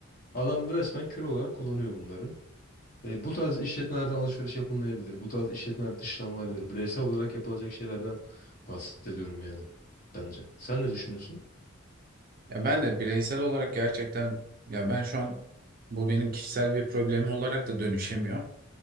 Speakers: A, on the left; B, on the right.
A: Adam resmen kör olarak kullanıyor bunları. E, bu tarz işletmelerden alışveriş yapılmayabilir. Bu tarz işletmeler dışlanılabilir. Bireysel olarak yapılacak şeylerden bahsediyorum yani bence. Sen ne düşünüyorsun?
B: Ya ben de bireysel olarak gerçekten ya ben şu an bu benim kişisel bir problemim olarak da dönüşemiyor.